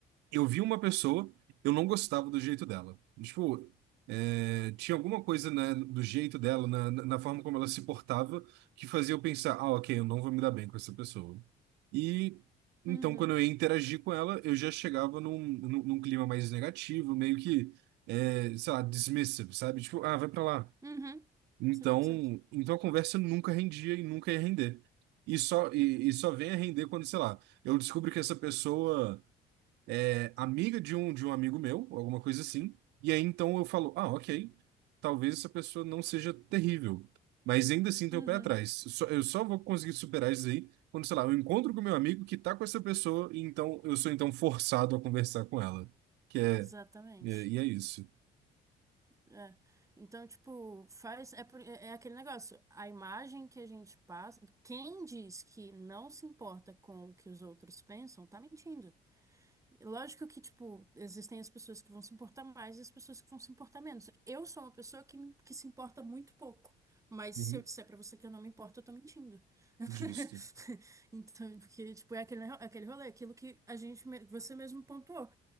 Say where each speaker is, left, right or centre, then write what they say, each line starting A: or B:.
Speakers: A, on the right; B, on the right.
A: eu vi uma pessoa, eu não gostava do jeito dela. Tipo, é, tinha alguma coisa na- do jeito dela, na, na na forma como ela se portava, que fazia eu pensar, ah, ok, eu não vou me dar bem com essa pessoa. E então,
B: Uhum.
A: quando eu ia interagir com ela, eu já chegava num, num, num clima mais negativo, meio que, é, sei lá, dismissive, sabe? Tipo, ah, vai pra lá.
B: Uhum.
A: Então,
B: cem por cento
A: então a conversa nunca rendia e nunca ia render. E só, e, e só vem a render quando, sei lá, eu descubro que essa pessoa é amiga de um de um amigo meu, ou alguma coisa assim. E aí então eu falo, ah, ok, talvez essa pessoa não seja terrível, mas ainda assim tem
B: Uhum.
A: o pé atrás. Só- eu só vou conseguir superar isso aí quando, sei lá, eu encontro com meu amigo que tá com essa pessoa e então eu sou então forçado a conversar com ela, que é
B: Exatamente.
A: e é e é isso.
B: É. Então, tipo, faz. É, por- é é aquele negócio. A imagem que a gente passa. Quem diz que não se importa com o que os outros pensam, tá mentindo. Lógico que, tipo, existem as pessoas que vão se importar mais e as pessoas que vão se importar menos. Eu sou uma pessoa que, me- que se importa muito pouco. Mas
A: Uhum.
B: se eu disser pra você que eu não me importo, eu tô mentindo. <laughs>
A: Justo.
B: Então, porque, tipo, é aquele, é aquele rolê, é aquilo que a gente, me- você mesmo pontuou.